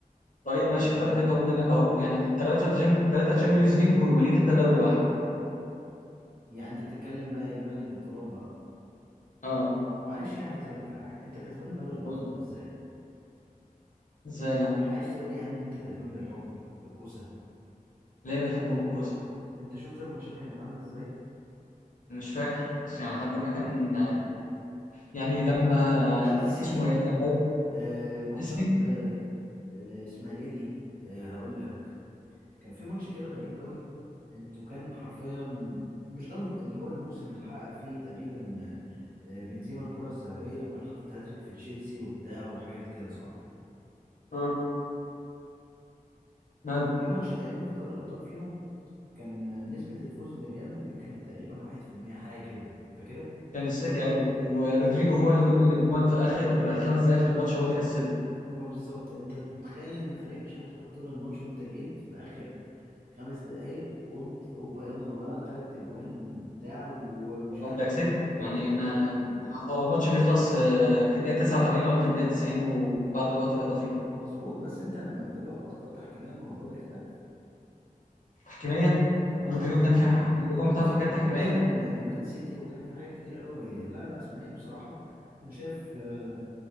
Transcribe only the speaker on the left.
طيب
ماشي
الفرق
بيننا وبينك اهو يعني ثلاثه جم... ثلاثه تشامبيونز ليج و- وليك انت دوري واحد
اه
قول.
ازاي
يعني
ليه بالحب وبالكوسه
مش فاكر بس يعني لحد ما كان يعني لما
اسمه ايه لما
السيتي
اه ماله
كان السيتي ايوه ورودريجو
هو اللي جاب الاجوان في اخر خمس دقايق في الماتش هو اللي كسبه
طب
انت كسبت
يعني ما
هو الماتش بيخلص آه، في الدقيقه 89 ولا في الدقيقه 90 وبعد الوقت الاضافي
تحكيميه
رودريجو
كان
في ح- الاجوان بتاعته
حاجات
تحكيميه